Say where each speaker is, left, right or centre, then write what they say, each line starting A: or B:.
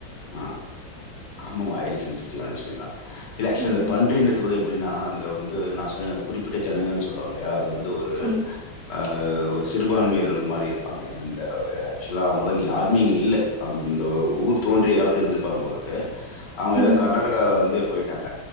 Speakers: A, on the left; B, on the right.
A: மா ஆமாமா ஹய்லி சென்சிட்டிவ் ஆன விஷய தா இல்ல ஆக்சுவலா
B: ஆமா,
A: பன்றின்றது கூட எப்டினா அந்த வந்து நா சொன்னேல குறிப்பிட்ட ஜனங்கள் சொல்ரோல்லையா அது வந் எந்த ஒரு
B: ஆமா.
A: அ அஹ் ஒரு சிறுபான்மையர்கள் மாரி இருப்பாங்க எந்த ஆக்சுவலா அவுங்களா இங்கே யாருமே இங்கே இல்ல அந்த ஊர் தோன்றிய காலத்தில இருந்திருப்பாங்க போலக்க அவுங்க எல்லா
B: ம்.
A: கர்நாடகா ல ருந்து போயிட்டாங்க